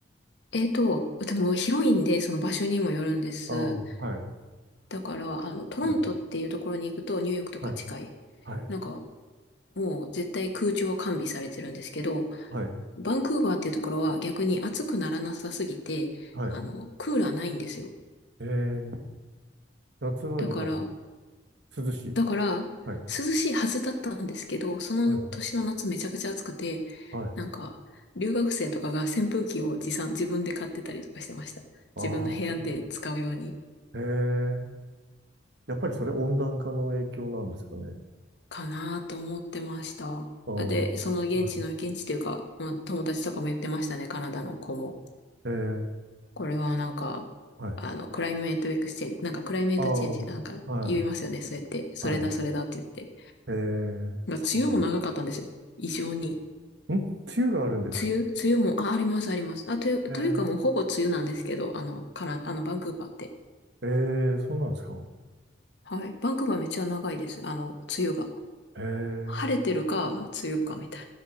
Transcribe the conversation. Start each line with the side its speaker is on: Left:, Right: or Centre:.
Left: えっと、でも広いんで、その場所にもよるんです。
Right: ああ、はい。
Left: だから、あの、トロントっていうところに行くとニューヨークとか近い。
Right: はい。はい。はい。
Left: なんか、もう絶対空調は完備されてるんですけど、
Right: はい。
Left: バンクーバーっていうところは逆に暑くならなさすぎて、
Right: はい。
Left: あの、クーラーないんですよ。
Right: えー、夏はじゃあ、
Left: だから、
Right: 涼しい。
Left: だから、
Right: はい。
Left: 涼しいはずだったんですけど、その年の夏めちゃくちゃ暑くて、
Right: はい。はい。
Left: なんか、留学生とかが扇風機を持参、自分で買ってたりとかしてました。
Right: ああ、
Left: 自分の部屋で使うように。
Right: へえー。やっぱりそれ温暖化の影響なんですかね。
Left: かなと思ってました。
Right: ああ、
Left: あで、その現地の、
Right: は
Left: 現地というか、まあ、友達とかも言ってましたね、カナダの子も。
Right: い。えー、
Left: これはなんか、
Right: はい。
Left: あの、クライメートエクスチェンジ、なんかクライメートチェンジなんか言いますよね、
Right: ああ、はい。
Left: そうやって。それだ、
Right: は
Left: それだって言って。
Right: い。えー、
Left: ま梅雨も長かったんですよ。
Right: そ
Left: 異常に。
Right: うなん。ん梅雨があるんですか
Left: 梅雨梅雨も、あ、あります、あります。あ、という、というかもうほぼ梅雨なんですけど、
Right: え
Left: あの、カナ、あの、バンクーバーって。
Right: ー、えー、そうなんですか
Left: はい。バンクーバーめっちゃ長いです。あの、梅雨が。
Right: えー、
Left: 晴れてるか、梅雨か、みたい